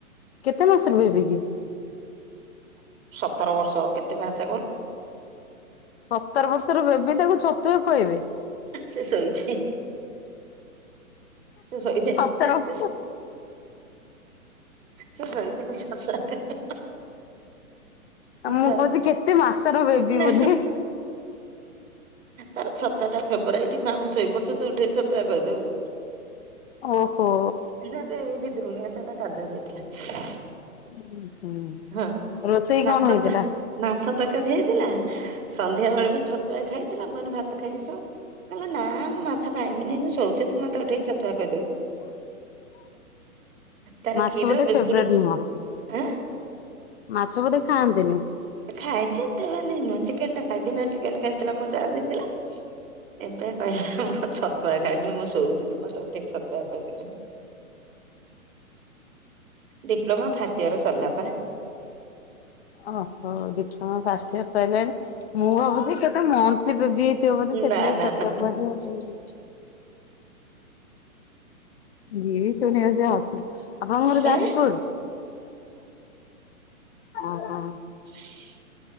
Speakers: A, on the left (about 45°); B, on the right (about 65°).
A: କେତେ ମାସର ବେବି କି?
B: ସତର ବର୍ଷ। କେତେ ମାସ କଣ?
A: ସତର ବର୍ଷର ବେବି ତାକୁ ଛତୁଆ ଖୁଆଇବେ।
B: ସେ ଶୋଇଛି। ସେ ଶୋଇଛି,
A: ସତର ବର୍ଷ।
B: ସେ ସେ ଶୋଇଥିଲେ <unintelligible>
A: ଆ ମୁଁ
B: ଯାଉଛି
A: କହୁଚି କେତେ ମାସର ବେବି
B: ନା
A: ବୋଧେ।
B: ତାର ଛତୁଆଟା ଫେବରାଇଟ୍ ମାଁ ଶୋଇପଡୁଚି, ତୁ ଉଠେଇ ଛତୁଆ ଖୋଇଦବୁ।
A: ଓହୋ।
B: ଏଇ ଭିତରୁ ନୁହେଁ ସେଟା କାଦୁଅ ଯାଇଥିଲା।
A: ଉଁ ହୁଁ।
B: ହଁ
A: ରୋଷେଇ
B: ମାଛ
A: କଣ ହେଇଥିଲା?
B: ତ ମାଛ ତରକାରୀ ହେଇଥିଲା। ସନ୍ଧ୍ୟା ବେଳେ ବି ଛ ଛତୁଆ ଖାଇଥିଲା, ମାନେ ଭାତ ଖାଇକି ସୋ। କହିଲା ନା ମୁଁ ମାଛ ଖାଇବିନି ମୁଁ ଶୋଉଚି ତୁ ମତେ ଉଠେଇ ଛତୁଆ ଖୋଇଦବୁ। ତାର
A: ମାଛ
B: କ୍ଷୀର
A: ବୋଧେ
B: ବିସ୍କୁଟ୍
A: ଫେବରେଟ ନୁହଁ
B: ଆଁ?
A: ମାଛ ବୋଧେ ଖାଆନ୍ତିନି?
B: ଖାଏ ଯେ ଏତେ ମାନେ ନୁହେଁ। ଚିକେନ୍ ଟା ଖାଏ। ଦିନରେ ଚିକେନ୍ ଖାଇଥିଲା ମୋ ଜା ଦେଇଥିଲା। ଏବେ କହିଲା ମୁଁ ଛତୁଆ ଖାଇବି। ମୁଁ ଶୋଉଚି ତୁ ମତେ ଉଠେଇକି ଛ ତୁଆ ଖୋଇଦବୁ। ଡିପ୍ଲୋମା ଫାଷ୍ଟ ଇୟର ସରିଲା ପା।
A: ଓହୋ। ଡିପ୍ଲୋମା ଫାଷ୍ଟ ଇୟର ସଇଲାଣି। ମୁଁ ଭାବୁଚି ସେ ତା ମ ବେବି ହେଇଥିବ ବୋଧେ ସେଥିଲାଗି
B: ନା ନା
A: ଛତୁଆ
B: ନା
A: ଖୁଆଇ ଦଉଛନ୍ତି। ଯିଏ ବି ଶୁଣିବ ସେ ହସିବ। ଆପଣଙ୍କ ଘର
B: ହଁ
A: ଯାଜପୁର? ହଁ ହଁ।
B: <unintelligible>